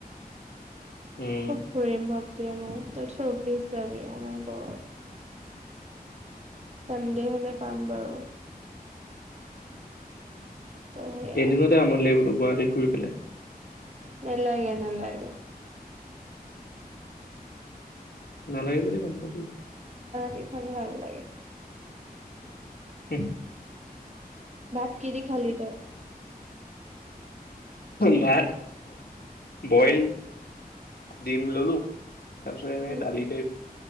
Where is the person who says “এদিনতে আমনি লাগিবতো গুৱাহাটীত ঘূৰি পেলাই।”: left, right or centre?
Left